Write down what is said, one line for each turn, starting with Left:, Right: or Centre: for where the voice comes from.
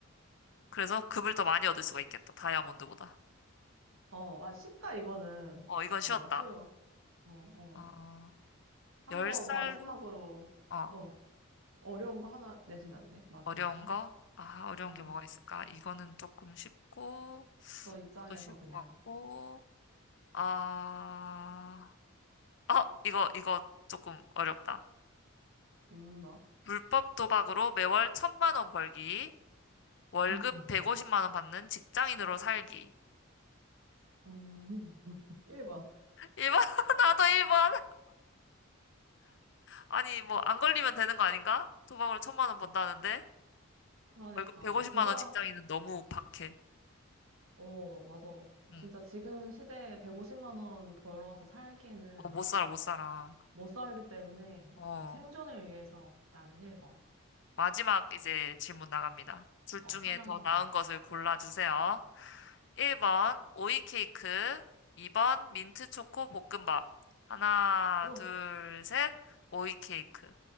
Left: 그래서 급을 더 많이 얻을 수가 있겠다. 다이아몬드보다.
Right: 어, 아, 쉽다, 이거는.
Left: 어, 이건 쉬웠다.
Right: 어, 쉬워. 어, 어.
Left: 어,
Right: 한번
Left: 10살로?
Right: 마지막으로,
Left: 어,
Right: 어, 어려운 거 하나 내주면 안 돼? 마지막으로.
Left: 어려운 거? 아, 어려운
Right: 어,
Left: 게 뭐가 있을까? 이거는 조금 쉽고,
Right: 너 입장에서
Left: 이것도 쉬울
Right: 그냥,
Left: 것 같고, 아, 어, 이거, 이거 조금 어렵다.
Right: 음, 뭐.
Left: 불법 도박으로 매월 천만 원 벌기, 월급
Right: <laughs>
Left: 150만 원 받는 직장인으로 살기.
Right: 음, <laughs> 1번.
Left: 1번, <laughs> 나도 1번. 아니, 뭐, 안 걸리면 되는 거 아닌가? 도박으로 천만 원 번다는데?
Right: 그러니까
Left: 월급 150만
Right: 도박,
Left: 원 직장인은 너무 박해.
Right: 어, 맞아.
Left: 응.
Right: 진짜 지금 시대에 150만 원 벌어서 살기에는
Left: 어, 못 살아, 못 살아.
Right: 못 살기 때문에
Left: 어.
Right: 어, 생존을 위해서 나는 1번.
Left: 마지막 이제 질문 나갑니다. 둘
Right: 어,
Left: 중에
Right: 하나만
Left: 더
Right: 더.
Left: 나은 것을 골라주세요. 1번 오이 케이크, 2번 민트 초코 볶음밥. 하나,
Right: 어,
Left: 둘, 셋. 오이 케이크.